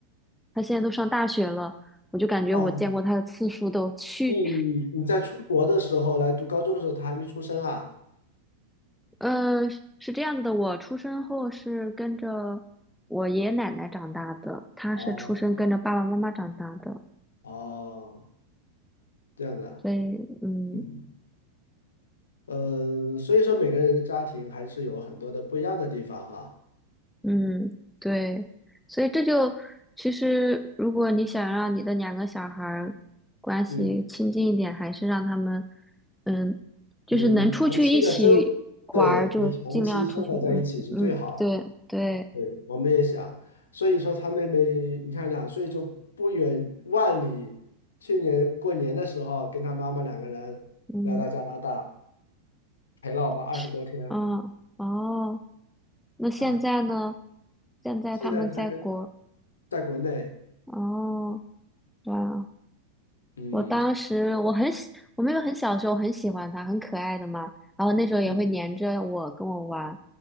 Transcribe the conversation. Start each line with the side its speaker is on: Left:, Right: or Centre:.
Centre: 她现在都上大学了，我就感觉我见过她的次数都去，
Left: 哦，你你在出国的时候来读高中的时候，他还没出生啊？
Centre: 呃，是这样子的，我出生后是跟着我爷爷奶奶长大的，她是出生跟着爸爸妈妈长大的。
Left: 哦哦，这样的，
Centre: 所以，嗯
Left: 嗯呃，所以说每个人的家庭还是有很多的不一样的地方哈，
Centre: 嗯，对，所以这就其实，如果你想让你的两个小孩儿关系亲近一点，
Left: 嗯，
Centre: 还是让他们，嗯，就是能出去一起玩儿，
Left: 能长期的生，对，
Centre: 就是尽量出去，
Left: 能长期生活在一起是最好。
Centre: 嗯嗯，对对，
Left: 对，我们也想，所以说他妹妹，你看两岁就不远万里，去年过年的时候跟他妈妈两个人来到加拿大，
Centre: 嗯
Left: 陪了我们二十多天
Centre: 是，嗯哦，那现在呢？
Left: 啊。
Centre: 现在他们在国，
Left: 现在他跟在国内，
Centre: 哦，哇。
Left: 嗯
Centre: 我当时我很喜，我妹妹很小的时候很喜欢它，很可爱的嘛。然后那时候也会黏着我跟我玩。
Left: 嗯